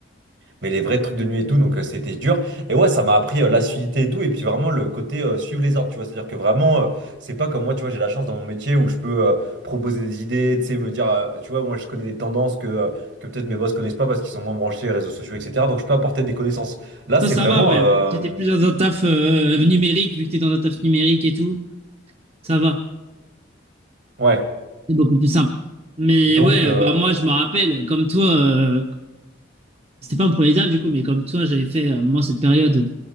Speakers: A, on the right; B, on the right.
A: mais les vrais trucs de nuit et tout. Donc, euh, c'était dur. Et ouais, ça m'a appris euh, l'assiduité et tout. Et puis, vraiment, le côté euh, suivre les ordres, tu vois. C'est-à-dire que vraiment, euh, c'est pas comme moi, tu vois, j'ai la chance dans mon métier où je peux euh, proposer des idées, tu sais, me dire, euh, tu vois, moi, je connais des tendances que, euh, que peut-être mes boss connaissent pas parce qu'ils sont moins branchés réseaux sociaux, etc. Donc, je peux apporter des connaissances. Là,
B: Toi,
A: c'est
B: ça
A: vraiment.
B: va, ouais.
A: euh,
B: Si t'es plus dans un taf euh, numérique, vu que t'es dans un taf numérique et tout, ça va.
A: ouais.
B: C'est beaucoup plus simple. Mais
A: Donc,
B: ouais,
A: euh,
B: euh, bah moi, je me rappelle, comme toi, euh, c'était pas mon premier taf du coup, mais comme toi, j'avais fait, euh, moi, cette période